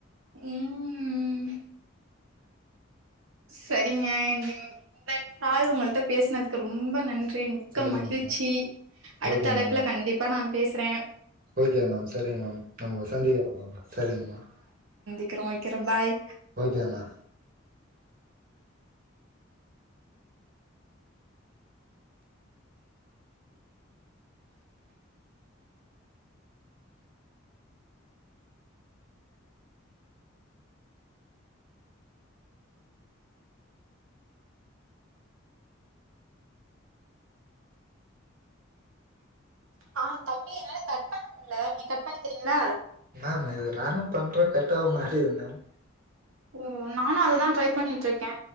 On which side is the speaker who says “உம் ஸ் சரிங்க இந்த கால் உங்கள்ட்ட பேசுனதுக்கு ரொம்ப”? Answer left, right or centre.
Right